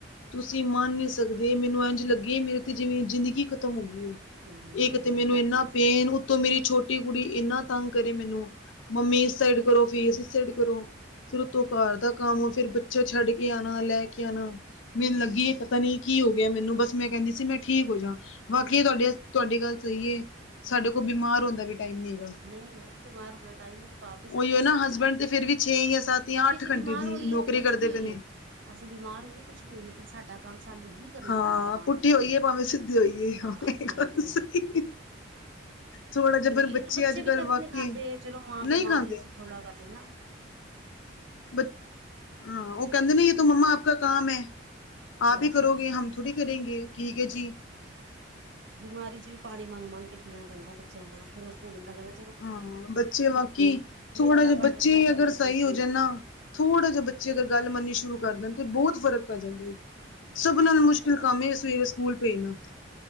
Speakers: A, on the left; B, on the right.
A: ਤੁਸੀਂ ਮੰਨ ਨੀ ਸਕਦੇ ਮੈਨੂੰ ਏਂਜ ਲੱਗੇ ਮੇਰੇ ਤੇ ਜਿਵੇਂ ਜ਼ਿੰਦਗੀ ਖਤਮ ਹੋ ਗੀ ਏ।
B: ਹੂੰ
A: ਇਕ
B: ਮੇਰੇ
A: ਤੇ ਮੈਨੂੰ
B: ਨਾਲ
A: ਇੰਨਾ
B: ਵੀ ਇਹ ਪ੍ਰੋਬਲਮ,
A: ਪੇਨ ਉ ਤੋਂ ਮੇਰੀ ਛੋਟੀ ਕੁੜੀ ਇੰਨਾ ਤੰਗ ਕਰੇ ਮੈਨੂੰ ਮੰਮੀ ਇਸ ਸਾਈਡ ਕਰੋ ਫੇਸ ਇਸ ਸਾਈਡ ਕਰੋ। ਫੇਰ ਉੱਤੋਂ ਘਰ ਦਾ ਕੰਮ ਫੇਰ ਬੱਚਾ ਛੱਡ ਕੇ ਆਣਾ, ਲੈ ਕੇ ਆਣਾ। ਮੈਨੂੰ ਲੱਗੀ
B: ਹਾਂ
A: ਏ ਪਤਾ ਨਈਂ ਕੀ ਹੋ ਗਿਆ ਮੈਨੂੰ ਬਸ ਮੈਂ ਕੈਂਦੀ ਸੀ ਮੈਂ ਠੀਕ ਹੋ ਜਾ। ਬਾਕੀ ਏ ਤੁਆਡੇ ਤੁਆਡੀ ਗੱਲ ਸਈ ਏ ਸਾਡੇ ਕੋਲ ਬਿਮਾਰ ਹੋਣ ਦਾ ਵੀ ਟਾਈਮ ਨੀ ਹੈਗਾ।
B: ਨਈਂ ਐ ਬਿਮਾਰ ਹੋਣ ਦਾ ਟਾਈਮ ਈ ਨੀ ਪਾਪ ਈ ਸਾਡੇ
A: ਉਹੀਓ
B: ਸਿਰ
A: ਨਾ ਹਸਬੈਂਡ
B: ਬਿਮਾਰ ਹੋਣਾ।
A: ਤੇ ਫਿਰ ਵੀ ਛੇ ਜਾਂ ਸੱਤ
B: ਕਿਉਂਕਿ
A: ਜਾਂ ਅੱਠ
B: ਅਸੀਂ
A: ਘੰਟੇ
B: ਬਿਮਾਰ
A: ਦੀ
B: ਹੋਈਏ
A: ਨੌਕਰੀ
B: ਕੁੱਛ
A: ਕਰਦੇ
B: ਵੀ ਹੋਈਏ।
A: ਪਏ ਨੇ।
B: ਅਸੀਂ ਬਿਮਾਰ ਹੋਈਏ ਕੁਛ ਵੀ ਹੋਈਏ ਲੇਕਿਨ ਸਾਡਾ ਕੰਮ ਸਾਨੂੰ ਹੀ ਕਰਨਾ
A: ਹਾਂ
B: ਪੈਣਾ ਬਿਮਾਰ
A: ਪੁੱਠੀ
B: ਹੋ ਕੇ
A: ਹੋਈਏ
B: ਵੀ ਕਰਨਾ
A: ਭਾਵੇਂ ਸਿੱਧੀ ਹੋਈਏ
B: ਹਾਂ
A: ਵੇ
B: ਆਪਣੇ
A: ਗੱਲ
B: ਆਪੇ
A: ਸਈ
B: ਹੀ
A: ਥੋੜਾ ਜਾ
B: ਕਿਉਂਕਿ
A: ਫੇਰ
B: ਇਹ
A: ਬੱਚੇ
B: ਤਾਂ
A: ਅੱਜ
B: ਵੀ
A: ਕੱਲ
B: ਤਰਸ
A: ਵਾਕਈ
B: ਨੀ ਖਾਂਦੇ ਚਲੋ ਮਾਂ
A: ਨਹੀਂ
B: ਬਿਮਾਰ
A: ਖਾਂਦੇ
B: ਏ ਅਸੀਂ ਥੋੜਾ ਕਰ ਲੇਨਾ।
A: ਬੱ ਹਾਂ ਓ ਕੈਂਦੇ ਨੇ ਯੇ ਤੋ ਮੰਮਾ ਆਪ ਕਾ ਕਾਮ ਐ, ਆਪ
B: ਬਸ
A: ਈ ਕਰੋਗੇ ਹਮ ਥੋੜੀ ਕਰੇਂਗੇ ਠੀਕ ਐ ਜੀ।
B: ਬਿਮਾਰੀ ਚ ਵੀ ਪਾਨੀ ਮੰਗ-ਮੰਗ ਕੇ ਪੀਨਾ ਪੈਂਦਾ ਬੱਚੇਆਂ ਕੋਲੋਂ ਫੇਰ ਉਸ ਨੂੰ ਬੰਦਾ ਕੈਂਦਾ
A: ਹਾਂ ਬੱਚੇ ਬਾਕੀ ਥੋੜਾ
B: ਫਟਾਫਟ
A: ਜਾ ਬੱਚੇ
B: ਤੇ ਉੱਠੀਏ
A: ਅਗਰ ਸਈ ਹੋ ਜਾ ਨਾ, ਥੋੜਾ ਜਾ ਬੱਚੇ ਅਗਰ ਗੱਲ ਮੰਨਨੀ ਸ਼ੁਰੂ ਕਰ ਦੇਨ ਤੇ ਬੋਤ ਫ਼ਰਕ ਪੈ ਜਾਂਦਾ ਏ, ਸਭ ਨਾਲੋਂ ਮੁਸ਼ਕਿਲ
B: ਪਤਾ
A: ਕੰਮ ਏ ਸਵੇਰੇ ਸਕੂਲ ਭੇਜਨਾ,